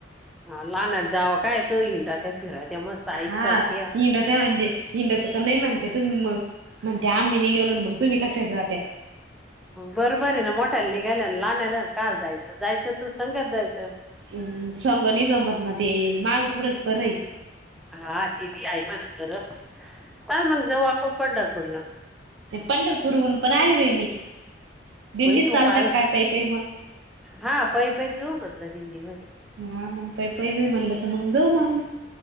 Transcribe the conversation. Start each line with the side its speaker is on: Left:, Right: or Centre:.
Centre: हा लहना जावा काय च हिंडा फीरायतचा मस्त आईच
Right: हा
Centre: करते
Right: ह रा म्हणजे हिंडाचं का नाही म्हणत्या तुम्ही मग म्हणत्या आम्ही ने गेलोन मग तुम्ही कशा जात्या
Centre: बरोबर ये ना मोठायला निघायला लहान आला कायाल जायच जायच त संग जायच
Right: हम, संग नई जमत ना ते माग पुढच बरय
Centre: हा ते बी हाय मन खर चाल मग जाऊ आपण पंढरपूरला
Right: पंढरपूरहून पण आली बाई मी दिंडीत
Centre: मई तू
Right: चालत्या
Centre: कायस
Right: काय पाई पाई मग
Centre: हा पै पै जाऊ म्हटल दिंदी मदे
Right: आ मग पइ पइ मनल त जाऊ मग,